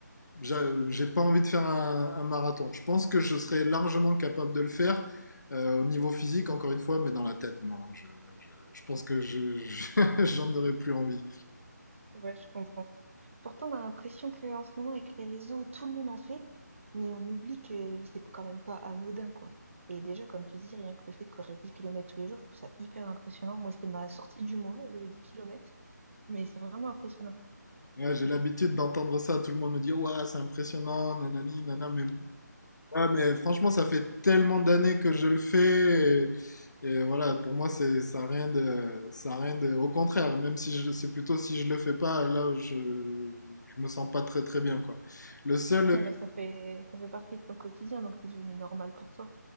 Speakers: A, on the left (about 70°); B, on the right (about 45°).
A: j'a- j'ai pas envie de faire un, un marathon. Je pense que je serais largement capable de le faire euh, au niveau physique encore une fois mais dans la tête non je je, je pense que je, je- <laughs> j'en aurais plus envie.
B: Ouais, je comprends. Pourtant, on a l'impression qu'en ce moment, avec les réseaux, tout le monde en fait, mais on oublie que c'est quand même pas anodin, quoi. Et déjà, comme tu dis, rien que le fait de courir 10 kilomètres tous les jours, je trouve ça hyper impressionnant. Moi, c'est ma sortie du mois, le 10 kilomètres. mais c'est vraiment impressionnant.
A: Ouais, j'ai l'habitude d'entendre ça tout le monde me dit ouah c'est impressionnant nanani nana mais Ouais, mais franchement, ça fait tellement d'années que je le fais. Et, et voilà, pour moi, c'est, ça a rien de, ça a rien de. Au contraire, même si je, c'est plutôt si je le fais pas, là, je, je me sens pas très très bien, quoi. Le seul,
B: Ouais, bah ça fait ça fait partie de ton quotidien, donc c'est devenu normal pour toi.